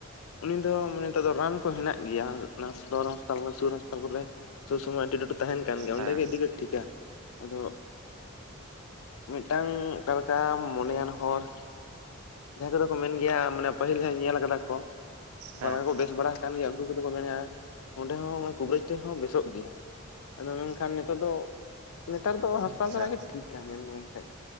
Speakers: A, on the left (about 75°); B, on the right (about 80°).
A: ᱩᱱᱤ ᱫᱚ ᱢᱟᱱᱮ ᱱᱤᱛᱚᱜ ᱫᱚ ᱨᱟᱱ ᱠᱚ ᱦᱮᱱᱟᱜ ᱜᱮᱭᱟ, ᱥᱚᱫᱚᱨ ᱦᱟᱥᱯᱟᱛᱟᱞ ᱠᱚ ᱨᱮ ᱥᱩᱨ ᱦᱟᱸᱥᱯᱟᱛᱟᱞ ᱠᱚ ᱨᱮ᱾ ᱥᱚᱵᱥᱚᱢᱚᱭ ᱮᱱᱴᱤᱴᱤᱭᱩᱰ ᱛᱟᱦᱮᱱ ᱠᱟᱱ ᱜᱮᱭᱟ,
B: ᱦᱮᱸ
A: ᱚᱸᱰᱮ ᱜᱮ ᱤᱫᱤ ᱜᱮ ᱴᱷᱤᱠᱟ᱾ ᱟᱫᱚ ᱢᱤᱫᱴᱟᱝ ᱚᱠᱟ ᱞᱮᱠᱟ, ᱢᱚᱱᱮᱭᱟᱱ ᱦᱚᱲ ᱡᱟᱦᱟᱸᱭ ᱠᱚᱫᱚ ᱠᱚ ᱢᱮᱱ ᱜᱮᱭᱟ ᱢᱟᱱᱮ ᱯᱟᱹᱦᱤᱞ ᱡᱟᱦᱟᱸᱭ ᱧᱮᱞ ᱠᱟᱫᱟ ᱠᱚ, ᱚᱠᱟ
B: ᱦᱮᱸ
A: ᱞᱮᱠᱟ ᱠᱚ ᱵᱮᱥ ᱵᱟᱲᱟ ᱠᱟᱱ ᱜᱮᱭᱟ ᱩᱱᱠᱩ ᱠᱚᱫᱚ ᱠᱚ ᱢᱮᱱᱮᱼᱟ, ᱚᱸᱰᱮ ᱦᱚᱸ ᱠᱩᱵᱨᱟᱹᱡ ᱴᱷᱮᱡ ᱦᱚᱸ ᱵᱮᱥᱚᱜ ᱜᱮᱭᱟ᱾ ᱟᱫᱚ ᱢᱮᱱᱠᱷᱟᱱ ᱱᱤᱛᱚᱜ ᱫᱚ, ᱱᱮᱛᱟᱨ ᱫᱚ ᱦᱟᱸᱥᱯᱟᱛᱟᱞ
B: ᱟᱪᱪᱷᱟ
A: ᱪᱟᱞᱟᱜ ᱜᱮ ᱴᱷᱤᱠ-ᱟ᱾ ᱢᱮᱱ ᱠᱷᱟᱡ ᱫᱚ᱾